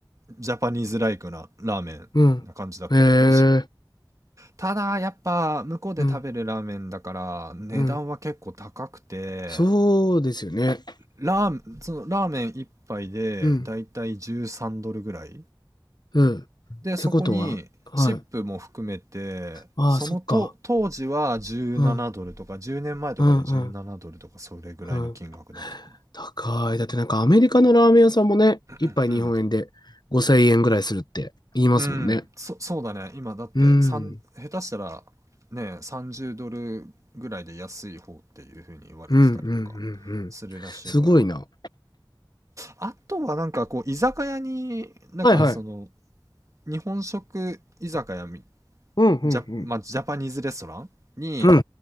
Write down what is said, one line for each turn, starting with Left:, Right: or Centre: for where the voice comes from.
Right: ジャパニーズライクなラーメンな感じだったね。
Left: うん。へ
Right: 美味しい。
Left: え。
Right: ただ、やっぱ、向こうで食べるラーメンだから、
Left: うん。
Right: 値段は結構高くて、
Left: うん。そうですよね。
Right: ラーメンそのラーメン一杯でだいたい13ドルぐらい
Left: うん。うん。っ
Right: でそこにチップも含めてそのと当時は17ドルとか10年前とかで17ドルとかそれぐらいの金額だったか
Left: てことは、はい。ああ、そっか。うん。うん。うん。うん。高い。だってなんかアメリカのラーメン屋さんもね、一杯日本円で5000円ぐらいするって言いますもんね。
Right: なうんうんそそうだね今だって三下手したら
Left: うん。
Right: ね30ドルぐらいで安い方っていう風に言われてたりとか
Left: うん。うん。うん。うん。
Right: するらしいから
Left: すごいな。
Right: あとはなんかこう居酒屋になんかその
Left: はいはい。
Right: 日本食居酒屋み
Left: うん。うん。
Right: ジャ,、
Left: うん。
Right: まあ、ジャパニーズレストランに
Left: うん。うん。う